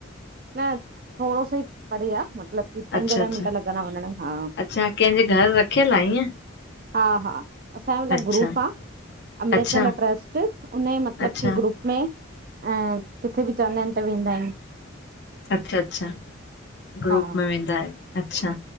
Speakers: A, on the right (about 45°); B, on the left (about 55°).
A: न थोरो सो ई परे आ मतलब पंज
B: अच्छा
A: ॾह
B: अच्छा
A: मिंट लॻंदा वञण में।
B: अच्छा कंहिंजे घर रखियल आ ईअं?
A: हा-हा असांजो मतलब
B: अच्छा
A: ग्रुप आ, अमृत
B: अच्छा
A: वेला ट्रस्ट उन जो मतलब
B: अच्छा
A: की ग्रुप में किथे ॿि चवंदा आहिनि तं वेंदा आहियूं।
B: अच्छा-अच्छा ग्रुप
A: हा
B: में वेंदा आयो। अच्छा